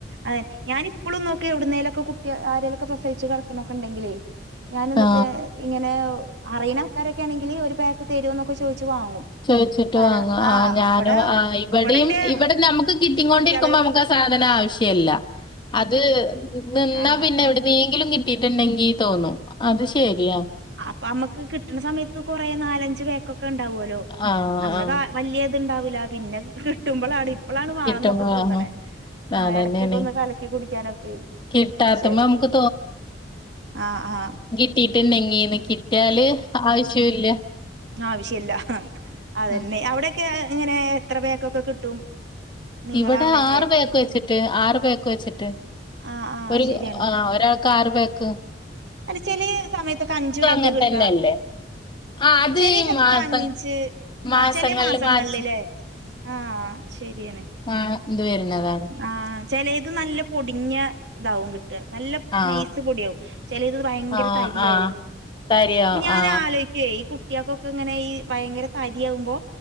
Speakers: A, on the right; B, on the left.
A: അതെ ഞാനിപ്പളും നോക്കെ എവിടുന്നേലൊക്കെ കുട്ടി ആരെലൊക്കെ പ്രസവിച്ചു കിടക്കണൊക്കെ ഉണ്ടെങ്കിലേ ഞാൻ എന്നിട്ട്
B: ആ
A: ഇങ്ങനെ അറിയണ ആൾക്കാരൊക്കാണെങ്കില് ഒരു പാക്ക് തരുവൊന്ന് ചോദിച്ച് വാങ്ങും
B: ചോദിച്ചിട്ടു
A: കാര
B: വാങ്ങ ആഹ് ഞാനും
A: ഇവടെ
B: ആഹ് ഇവിടിം
A: ഇവടെന്റെ
B: ഇവിടെ നമ്മുക്ക് കിട്ടി കൊണ്ടിരിക്കണ...
A: കുട്ട്യാള്
B: <unintelligible> നമ്മുക്ക് ആ സാധനം ആവശ്യം ഇല്ല അത് നിന്നാ
A: ആഹ്
B: പിന്നെ എവിടെന്നെങ്കിലും കിട്ടിയിട്ടുണ്ടെങ്കി തോന്നും അത് ശെരിയാ
A: അപ്പ നമ്മക്ക് കിട്ടണ സമയത്ത് കൊറേ നാലഞ്ച് പേര്. ഒക്കെ ഉണ്ടാവുല്ലോ
B: ആഹ്
A: അന്നരം
B: ആഹ്
A: വലിയ ഇത് ഉണ്ടാവൂല്ല പിന്നെ കിട്ടുമ്പോൾ ഇപ്പളാണ് വാണന്നൊക്കെ
B: കിട്ടുമ്പോ
A: തോന്നണേ
B: വാങ്ങും.
A: ആഹ്
B: അതന്നെയാണ്.
A: എടക്കൊക്കെ ഒന്ന് കലക്കി കുടിക്കാനൊക്കെ
B: കിട്ടാത്തുമ്പോ
A: പക്ഷെ
B: നമുക്ക്
A: ആഹ് ആഹ്
B: കിട്ടീട്ടുണ്ടെങ്ങീന്ന് കിട്ടിയാല് ആവശ്യം ഇല്ല
A: ആവശ്യം ഇല്ല. അതന്നെ
B: ഉം.
A: അവിടെക്കെ ഇങ്ങനെ എത്ര <unintelligible> കിട്ടും നിങ്ങള
B: ഇവിടെ
A: അവിടെയൊക്കെ
B: ആറു ബേക്ക് വച്ചിട്ട് ആറ് ബേക്ക് വച്ചിട്ട്
A: ആഹ് ആഹ്
B: ഒരു
A: ശരിയാണ്
B: ആഹ് ഒരാൾക്ക് ആറ്പാക്ക്
A: അല്ല ചില സമയത്തൊക്കെ അഞ്ചു പാക്ക്
B: അങ്ങനെ
A: കിട്ടാ
B: തന്നെയല്ലേ? ആ അത്
A: ചില
B: ഈ
A: സ്ഥലത്ത്
B: മാസം
A: അഞ്ച്
B: മാസങ്ങളില്
A: ആഹ് ചില മാസങ്ങളില്ലേ
B: മാച്ച്
A: ആഹ് ശരിയാണ്
B: ആഹ് <unintelligible> വരുന്നത
A: ആഹ് ചിലത് നല്ല പൊടിഞ്ഞ് ഇതാവും കിട്ടും നല്ല
B: ആ
A: നൈസ് പൊടിയാവും ചിലത് ഭയങ്കര
B: ആ
A: തരിയാവും
B: ആ തരിയോ
A: അപ്പ ഞാന്
B: ആ
A: ആലോചിക്കുവേ ഈ കുട്ടികൾകൊക്കെ ഇങ്ങനെ ഈ ഭയങ്കര തരിയാകുമ്പോ